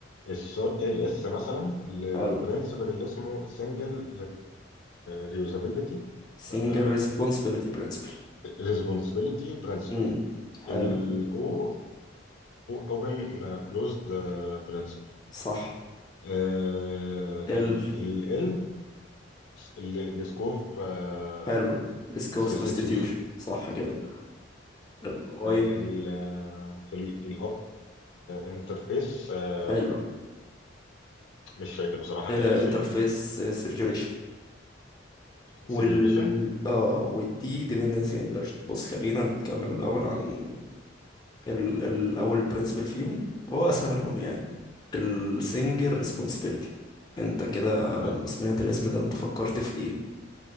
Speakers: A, on the left; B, on the left.
A: السول ال اس مثلا للبرنسبل
B: حلو
A: اللي اسمه سنجل ريوزابيلتي
B: single
A: ولا
B: responsibility principle
A: ريسبونسبيلتي برنسبل
B: امم حلو
A: الاو اوبن كلوزد برنسبل
B: صح
A: آه
B: ال
A: ال ال لسكوف آه،
B: حلو risk
A: سبستيتيوشن
B: of substitution صح كده الاي
A: الاي انترفيس آه،
B: حلو
A: مش فاكر بصراحة انترفيس
B: انترفيس
A: ايه
B: سيرجريشن
A: سيجريجيشن
B: وال اه والدي dependency inversion بص خلينا نتكلم الاول عن ال... الاول principle فيهم هو اسهلهم يعني السنجل responsibility انت كده لما
A: ايوه
B: سمعت الاسم ده انت فكرت في ايه